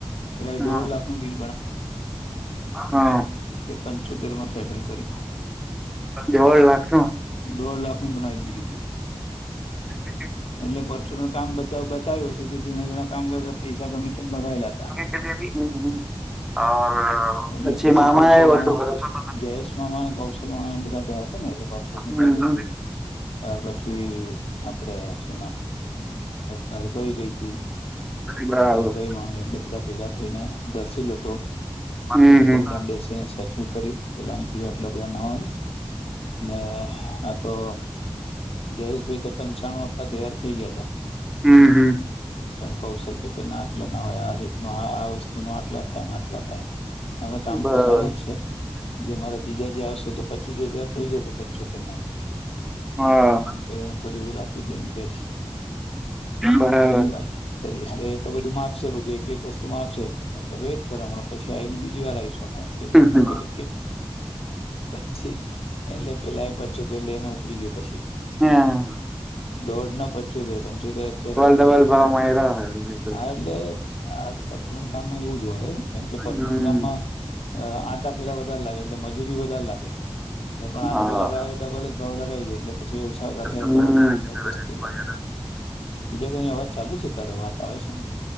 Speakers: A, on the left; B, in the centre.
A: પેલા
B: હા
A: દોઢ લાખનુંું બિલ
B: હા
A: તે પંચોતેર માં સેટલ કરિ
B: દોઢ લાખ નો
A: દોઢ લાખ નું બનાવી બીજું બિલ
B: વસા કે <unintelligible>
A: એટલે પરચુ કામ બ બતાવ્યું હશે તો જીણા જીણા કામ કર પૈસા ગમે તેમ લગાવિ લેતા
B: અચ્છી
A: એટલે પછી
B: મામાા
A: કૌશલ
B: એ વઢો
A: મામા
B: કર્યો તો
A: જયેશ મામા કૌશલમા બધા ગયા હતા ને એટલે ભૂમિકા
B: હમ
A: ગ
B: હમ
A: પછી આપડે શું નામ ભરગઈ ગઈ હતી
B: બરાબર
A: હરગઈ મામી એટલે બધા ભેગા થઈને દર્શ લતો
B: હમ
A: એ બધા
B: હમ
A: ત્યાં
B: હા
A: બેસીને સેટલ કર્યું પેલાન કીધ એટલા બધા ના હોય ને આ તો જયેશભાઈ તો પંચાણું આપવા તૈયાર થઈ ગયા હતા
B: હમ હમ
A: પણ કૌશલ કે કે નાટલો ના હોય આ રીતનો આ આ વસ્તુ સૂ ન આટલા થાય નાટલા થાય અમે કામ
B: બરાબર
A: કરાયા છે પ મારા બીજા જે આવશે તો પચીસ હજાર થઇ જશે પંચસોતેર ના અંકે
B: હા
A: એમ કરીને થોડી ઓલ આપી દ એમ કેશ
B: બરાબર
A: તો
B: હા
A: બધી વાતચીત કરીએ એ તો બધું માપશે બધું એક એક વસ્તુ માપશે તો વેટ કરો ને બીજી વાર આવીશુંમે એમ કીધું
B: હમ
A: પે કે પછી એટલે પેલા. પછો તે લઈને ઉપડી ગયો પછી.
B: હા!
A: <unintelligible> પંચોતેર. પંચોતેર હાર વધારે
B: ડબલ
A: લે
B: ભાવ માયરા હે બીજું
A: હા
B: તો
A: એટલે આ પરચ. માં એવું જો હોય. કેમ કે
B: હમ
A: કામમાં અ આંટા ફેરા વધારે લાગે. એટલે મજૂરી વધારે લાગે. એ પણ આ
B: હા
A: લોકો લગાવે ડબલ જ ભાવ લગાવી દે. એટલે પછી ઓછા કરે
B: હમ
A: તો એડજસ્ટ થઈ જાય.
B: <inaudible>
A: બીજા કોઈની અવાજ ચાલુ છે. ત્યારે વાત આવે છે અંદર.